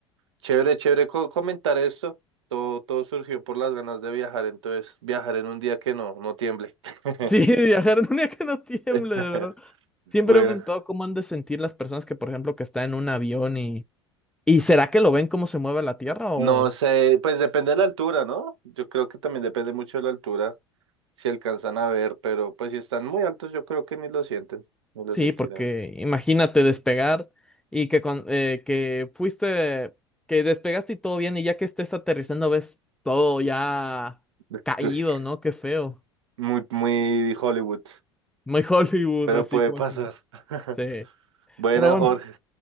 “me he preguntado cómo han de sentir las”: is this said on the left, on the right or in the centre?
Centre